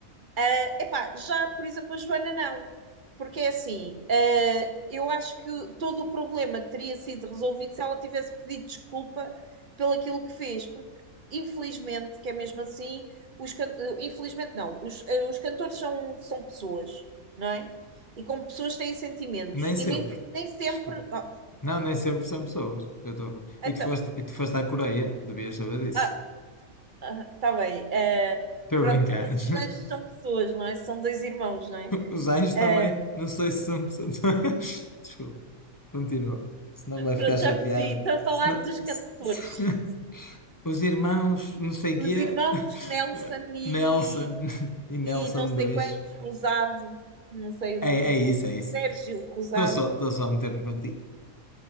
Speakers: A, on the right (about 40°); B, on the left (about 20°).
A: Ah, epá, já, por exemplo, a Joana não. Porque é assim, ah, eu acho que todo o problema teria sido resolvido se ela tivesse pedido desculpa pelo aquilo que fez. Porque, infelizmente, que é mesmo assim, os can- eh, infelizmente não, os, eh, os cantores são, são pessoas, não é? E como pessoas têm sentimentos.
B: Nem sempre.
A: E nem, nem sempre.
B: Desculpa.
A: Oh,
B: Não, nem sempre são pessoas. Eu tô...
A: então,
B: E tu foste, e tu foste à Coreia, devias saber disso.
A: ah, ah, tá bem. eh,
B: Estou
A: pronto,
B: a brincar.
A: mas
B: <laughs>
A: os anjos são pessoas, não é? São dois irmãos, não é?
B: Os anjos também,
A: Ah,
B: não sei se são pessoas. <laughs> Desculpa. Continua. Senão vai
A: Pronto,
B: ficar chateado.
A: já percebi. Estou a falar
B: Senão...
A: dos cantores.
B: se- se- <laughs> Os irmãos, não sei
A: Os
B: quê.
A: irmãos
B: <laughs>
A: Nelson e,
B: Nelson <laughs> e Nelson
A: e não sei
B: 2
A: quantos, Rosado, não sei o
B: É,
A: nome do
B: é isso,
A: outro,
B: é isso.
A: Sérgio Rosado.
B: Estou só, estou só a meter-me contigo.